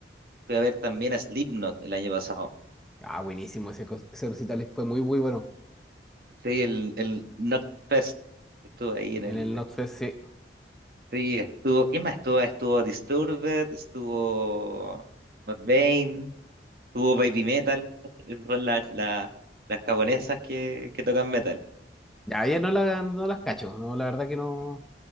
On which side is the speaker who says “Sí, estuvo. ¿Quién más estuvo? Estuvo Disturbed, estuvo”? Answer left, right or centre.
Right